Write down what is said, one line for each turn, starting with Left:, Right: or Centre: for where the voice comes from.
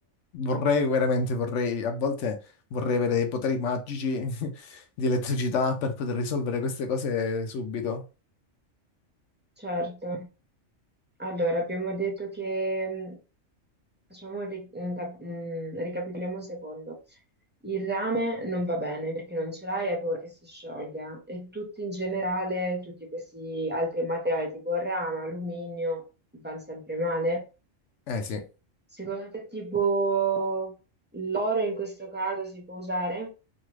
Left: vorrei veramente, vorrei, a volte vorrei avere dei poteri magici <laughs> di elettricità per poter risolvere queste cose subito.
Right: certo. Allora, abbiamo detto che, mh, facciamo, un ri- un cap- mh, ricapitoliamo un secondo. Il rame non va bene perché non ce l'hai e hai paura che si sciolga. E tutti in generale, tutti questi altri materiali tipo rame, alluminio, vanno sempre male.
Left: Eh sì.
Right: Secondo te, tipo l'oro in questo caso si può usare?